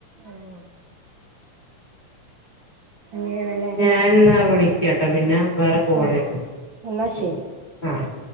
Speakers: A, on the right; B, on the left.
A: ആഹ് അങ്ങനെ.
B: ഞാനെന്നാ വിളിക്കാട്ടോ പിന്നെ വേറെ കോൾ
A: ആ
B: വരുന്നുണ്ട്
A: എന്നാ ശരി
B: ആഹ്